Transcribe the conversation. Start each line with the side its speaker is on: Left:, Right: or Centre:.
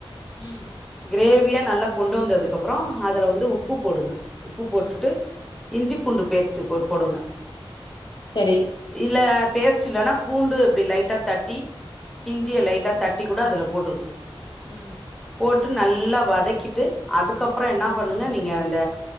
Left: ம்
Centre: கிரேவியா நல்லா கொண்டு வந்ததுக்கு அப்பறோ அதுல வந்து உப்பு போடுங்க உப்பு
Left: ம்
Centre: போட்டுட்டு இஞ்சி பூண்டு பேஸ்ட் போடுங்க
Left: செரி
Centre: இல்ல பேஸ்ட் இல்லன்னா பூண்டு இப்டி லைட்டா தட்டி இஞ்சிய லைட்டா தட்டி கூட அதுல போட்ருனு
Left: ம்
Centre: போட்டு நல்லா வதக்கிட்டு அதுக்கப்பறோ
Left: ம்
Centre: என்ன பண்ணுங்க நீங்க அந்த